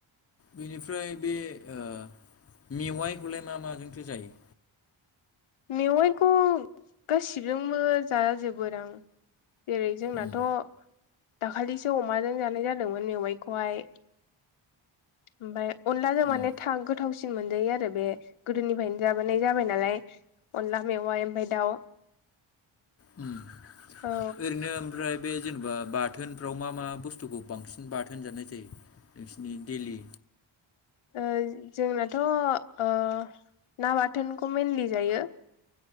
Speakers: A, on the left (about 30°); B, on the left (about 80°).
A: बेनिफ्राय बे अ मेवाइखौलाय मा माजोंथो जायो
B: मेवाइखौ गासिबजोंबो जाजोबो दां जेरै जोंनाथ'
A: उम
B: दाखालिसो अमाजों जानाय जादोंमोन मेवाइखौहाय ओमफ्राय अनलाजों माने
A: उम
B: था गोथावसिन मोनजायो आरो बे गोदोनिफ्रायनो जाबोनाय जाबाय नालाय अनला मेवाइ ओमफ्राय दाउ
A: उम
B: औ
A: बिदिनो ओमफ्राय बे जेनेबा बाथोनफ्राव मा मा बुस्थुखौ बांसिन बाथोन जानाय जायो नोंसिनि दैेलि
B: ओ जोंनाथ' आ ना बाथोनखौ मेनलि जायो